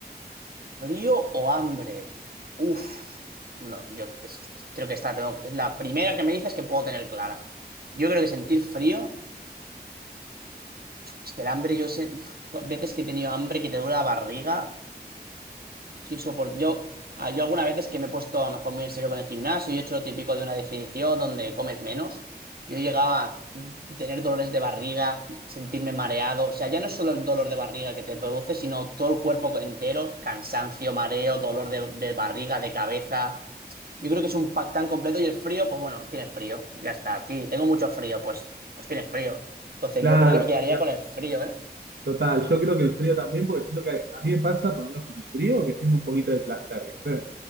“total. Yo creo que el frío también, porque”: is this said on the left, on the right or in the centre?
Right